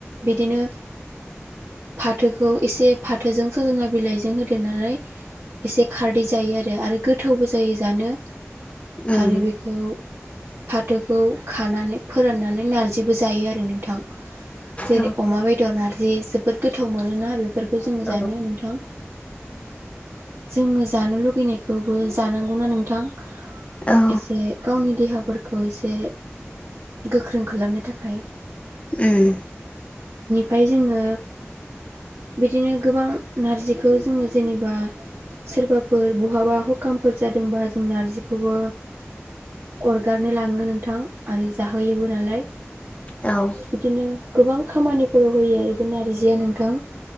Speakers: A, on the right; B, on the left.
A: बिदिनो फाथोखौ एसे फाथोजों सजना बिलाइजों होदेरनानै। एसे खारदै जायो आरो आरो गोथावबो जायो जानो
B: उम
A: आरो बेखौ। फाथोखौ खानानै फोराननानै नारजिबो जायो आरो नोंथां। जेरै
B: औ
A: अमा बेदर नारजि जोबोद गोथाव मोनोना बेखौ बेफोरखौ जोङो जानो
B: औ
A: नोंथां। जोङो जानो लुगैनायखौबो जानांगौना नोंथां?
B: औ
A: एसे गावनि देहाफोरखौ एसे गोख्रों खालामनो थाखाय
B: उम।
A: फाय जोङो बिदिनो गोबां नारजिखौ जोङो जेनेबा सोरबाफोर बहाबा हुखामफोर जादोंबा जों नारजिखौबो। अरगारनो लाङो नोंथां। आरो जाहोयोबो नालाय
B: औ
A: बिदिनो गोबां खामानि फोराव होयो आरो बे नारजिया नोंथां।